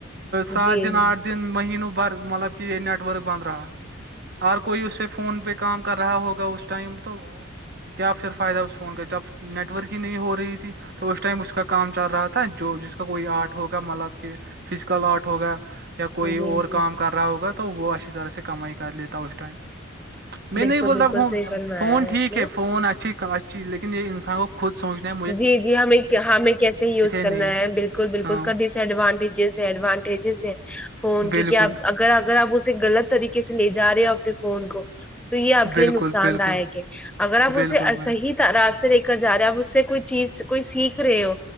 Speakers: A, on the right (about 50°); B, in the centre.
A: سات
B: جی
A: دن آٹھ دن مہینوں بھر مطلب کہ یہ نیٹ ورک بند رہا اور کوئی اس سے فون پہ کام کر رہا ہوگا اس ٹائم تو کیا پھر فائدہ اس فون کا جب نیٹ ورک ہی نہیں ہو رہی تھی تو اس ٹائم اس کا کام چل رہا تھا جو جس کا کوئی آرٹ ہوگا مطلب کہ فزیکل آرٹ ہو گیا یا کوئی
B: جی
A: اور
B: جی
A: کام
B: جی
A: کر رہا ہوگا تو وہ اچھی طرح سے کمائی کر لیتا اس ٹائم میں
B: بالکل
A: نہیں بولتا
B: بالکل
A: ہ
B: صحیح فرمایا
A: فون ٹھیک
B: آپ نے
A: ہے فون اچھی اچھی لیکن یہ انسانوں کو خود سمچنے
B: جی جی ہمیں ہمیں کیسے ہی یوز کرنا
A: نہیں
B: ہے بالکل بالکل
A: ہاں
B: اس کا ڈس ایڈوانٹیجز ہے ایڈوانٹیجز ہے فون
A: بالکل
B: کی کیا اگر اگر آپ اسے غلط طریقے سے لے جا رہے ہو اپنے فون کو تو یہ آپ کے
A: بالکل
B: لیے نقصان
A: بالکل
B: داک ہے اگر آپ
A: بالکل
B: اسے
A: میم
B: صحیح رااز سے لے کر جا رہے ہیں آپ اس سے کوئی چیز کوئی سیکھ رہے ہو